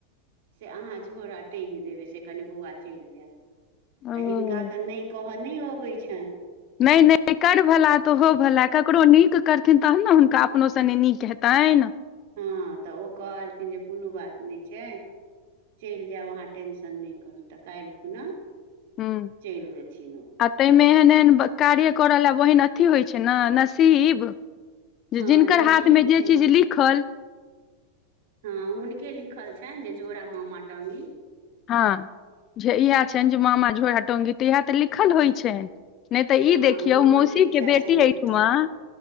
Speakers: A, on the right; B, on the left.
A: से अहाँ झोरा टाँगि देबै से कनि बौआ चलि जायब
B: ओ
A: तऽ हिनका तऽ नहि कहय नहि अबैत छनि
B: नहि नहि कर भला तो हो भला ककरो नीक करथिन तहन ने हुनका अपनो सने नीक हेतनि
A: हँ तऽ ओ कहलखिन जे कोनो बात नै छै चलि जायब अहाँ टेंशन नहि करू तऽ काइल खुना
B: हू
A: चलि जेथिन
B: <inaudible>
A: ओ
B: तामे एहन एहन कार्य करऽ ल बहिन अथी होइ छै ने नसीब जे
A: हँ
B: जिनकर
A: नसीब
B: हाथ मे
A: छै
B: जे चीज
A: हँ
B: लिखल
A: हँ हुनके लिखल छैन जे जोड़ा मामा टंगी
B: हँ जे इह छनि जे मामा झोरा गी तऽ इएह तऽ लिखल होइ छ नहि तऽ
A: हँ
B: ई देखियौ
A: मामा
B: मौसी
A: इच्छा
B: के बेटी
A: छनि जे जोड़ा
B: एहिठुमा
A: टाँगी
B: य